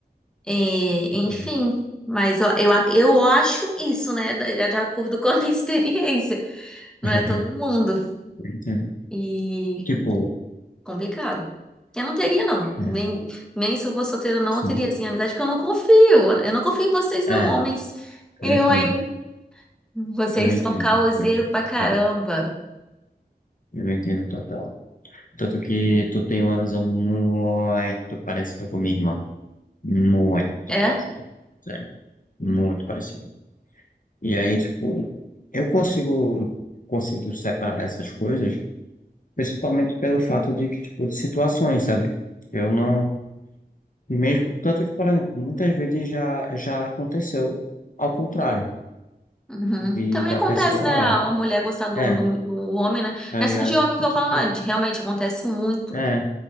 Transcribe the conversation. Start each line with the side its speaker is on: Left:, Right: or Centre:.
Centre: É, enfim,
Left: sim.
Centre: mas eu, eu, ac- eu acho isso, né? De, de acordo <laughs> com a minha <laughs> experiência. Não
Left: <laughs>
Centre: é todo mundo.
Left: Eu entendo.
Centre: E
Left: Tipo,
Centre: complicado. Eu não teria, não.
Left: é,
Centre: Nem, nem se eu fosse solteira, não,
Left: sim.
Centre: eu teria, assim, amizade, porque eu não confio. Eu não confio em vocês, não,
Left: É,
Centre: homens. Eu,
Left: eu entendo.
Centre: hein? Vocês
Left: Eu entendo.
Centre: são caoseiro
Left: Eu entendo
Centre: pra
Left: total.
Centre: caramba.
Left: Eu entendo total. Tanto que tu tem uma visão muito parecida com a minha irmã. Muito
Centre: É?
Left: parecida. Sério. Muito parecida. E aí, tipo, eu consigo, consigo separar essas coisas, principalmente pelo fato de que, tipo, de situações, sabe? Eu não, mesmo, tanto que, por exemplo, muitas vezes já, já aconteceu ao contrário,
Centre: Uhum.
Left: de,
Centre: Também
Left: da
Centre: acontece,
Left: pessoa,
Centre: né? A
Left: ah,
Centre: mulher gostar do,
Left: é,
Centre: do, do homem, né?
Left: tá
Centre: Não
Left: ligado?
Centre: é só de homem que
Left: E,
Centre: eu
Left: tipo,
Centre: falo, não. é de- Realmente acontece muito,
Left: é,